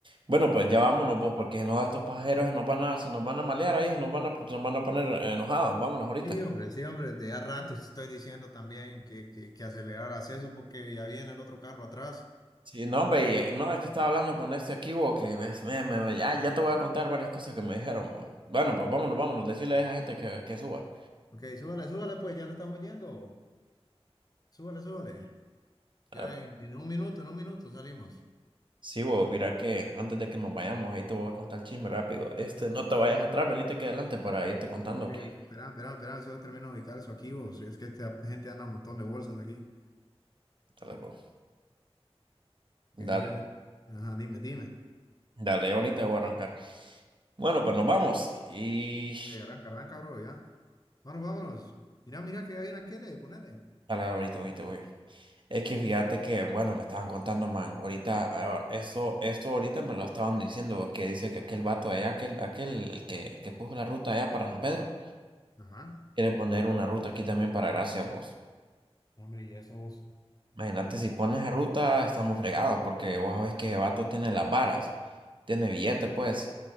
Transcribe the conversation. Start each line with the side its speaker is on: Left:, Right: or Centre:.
Right: Bueno, pues ya vámonos, pues, porque si no, estos pasajeros se nos van a, se nos van a malear ahí, se nos van a, se nos van a poner eh, enojados. Vámonos ahorita.
Left: Sí, hombre, sí, hombre, de a ratos te estoy diciendo también que, que, que aceleraras eso porque ya viene el otro carro atrás.
Right: Sí, no, hombre, y, eh, no, es que estaba hablando con este aquí, bo, que ves, me, me, me- ya, ya te voy a contar varias cosas que me dijeron, bo. Bueno, pues vámonos, vámonos, decirle a esa gente que, que suba.
Left: Ok, súbale, súbale, pues ya no estamos yendo. Súbale, súbale. Ya
Right: Ah,
Left: en, en un minuto, en un minuto salimos.
Right: Sí, bo, mira que antes de que nos vayamos, ahí te voy a contar el chisme rápido. Este, no te vayas atrás, venite aquí adelante para irte contando
Left: Ok,
Right: que.
Left: ok, espera, espera, espera, solo termino de ubicar eso aquí, vos. Es que esta gente anda un montón de bolsas aquí.
Right: Dale, bo.
Left: Ok,
Right: Dale,
Left: ajá, dime, dime.
Right: dale, ahorita voy a arrancar. Bueno, pues nos vamos y...
Left: Ok, arranca, arranca, bro, ya. Bueno, vámonos. Mira, mira que ya viene aquí, le, ponele.
Right: Dale, ahorita, ahorita voy. Es que fíjate que, bueno, me estaban contando, man, ahorita, ah, eso, esto ahorita me lo estaban diciendo, que dice que aquel vato de allá, aquel, aquel, el que, que puso la ruta allá para San Pedro,
Left: Ajá.
Right: quiere poner una ruta aquí también para Gracia, vos.
Left: No, Hombre, y eso vos.
Right: Imagínate, si pones la ruta, estamos fregados, porque vos sabés que ese vato tiene las varas, tiene billete, pues,